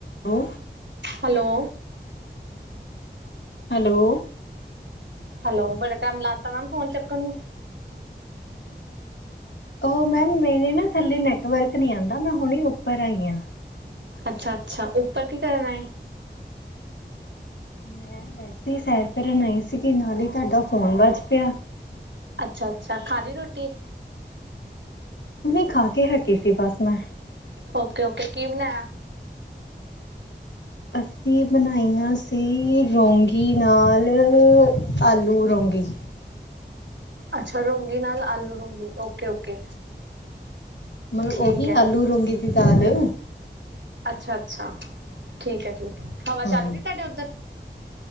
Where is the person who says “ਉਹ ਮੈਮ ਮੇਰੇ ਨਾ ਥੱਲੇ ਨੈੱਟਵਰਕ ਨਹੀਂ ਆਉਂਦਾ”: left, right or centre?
Left